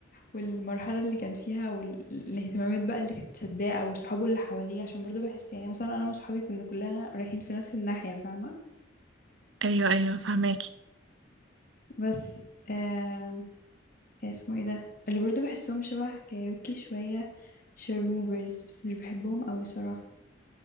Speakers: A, on the left; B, on the right.
A: والمرحلة اللي كان فيها والاهتمامات بقى اللي كانت شداه أو صحابه اللي حواليه عشان برضو بحس يعني مثلا أنا وصحابي كنا كلنا رايحين في نفس الناحية فاهمة
B: ايوه ايوه فهماكي
A: بس آه إيه اسمه ايه ده اللي برضو بحسهم شبه كايوكي شوية شير موفرز بس مش بحبهم أوي صراحة